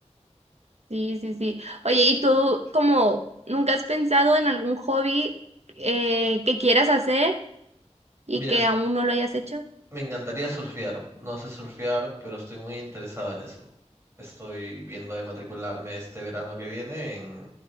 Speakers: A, on the right (about 65°); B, on the right (about 25°).
A: Sí, sí, sí. Oye, ¿y tú como nunca has pensado en algún hobby eh, que quieras hacer? y
B: Mira,
A: que aún no lo hayas hecho.
B: Me encantaría surfear. No sé surfear, pero estoy muy interesado en eso. Estoy viendo de matricularme este verano que viene en,